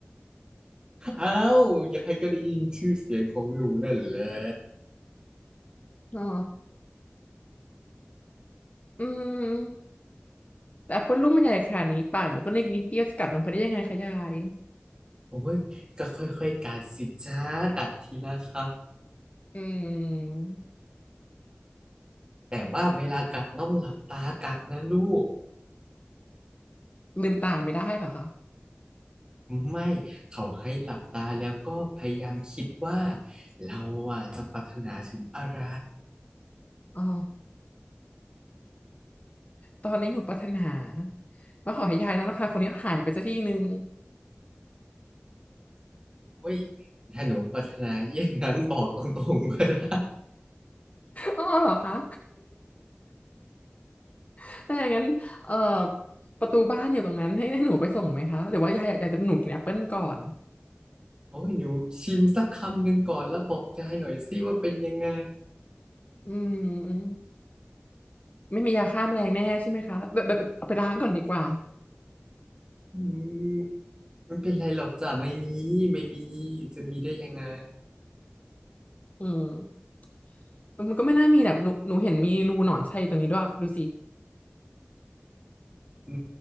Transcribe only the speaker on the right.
อ้าวยายก็ได้ยินชื่อเสียงของหนูนั่นแหละ
โอ้ยก็ค่อยๆกัดสิจ้ากัดทีละค
ำแต่ว่าเวลากัดต้องหลับตากัดนะลูก
ไม่เขาให้หลับตาแล้วก็พยายามคิดว่าเราอ่ะจะปรารถนาถึงอะไร
โอ้ยถ้าหนูปรารถนาอย่างนั้นบอกตรงๆก็ได้
โอ้ยหนูชิมสักคำหนึ่งก่อนแล้วบอกยายหน่อยสิว่าเป็นยังไง
อืมมันเป็นไรหรอกจ้ะไม่มีไม่มีจะมีได้ยังไง
อื